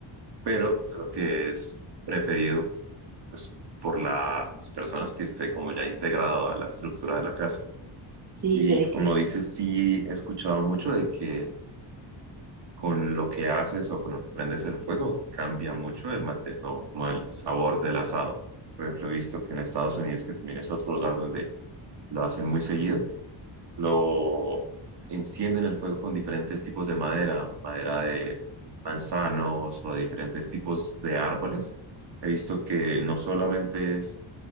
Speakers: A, on the right; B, on the right.
A: pero creo que es preferido pues por las personas que esté como ya integrado a la estructura de la casa.
B: Sí,
A: Y
B: se ve
A: como
B: que sí.
A: dices, sí he escuchado mucho de que con lo que haces o con lo que prendes el fuego cambia mucho el mate o como el sabor del asado. Por ejemplo, he visto que en Estados Unidos, que también es otro lugar donde lo hacen muy seguido, lo encienden el fuego con diferentes tipos de madera, madera de manzanos o de diferentes tipos de árboles. He visto que no solamente es